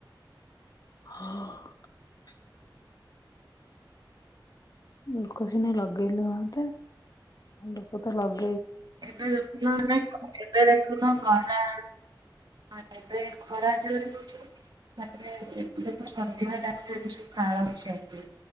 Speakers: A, on the left; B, on the right.
A: ହଁ। ଲୋକ ସିନା ଲଗେଇଲେ ହନ୍ତା ଲୋକ ତ ଲଗେଇ
B: ଏବେ ଦେଖୁନ ମାନେ ଏବେ ଦେଖୁନ କ ଏବେ ଖରା ଜୋରେ ହଉଛି ତାପରେ ଏ ସନ୍ଧ୍ୟା ଟାଇମରେ ଏବେ ସବୁ କଳାବୈଶାଖୀ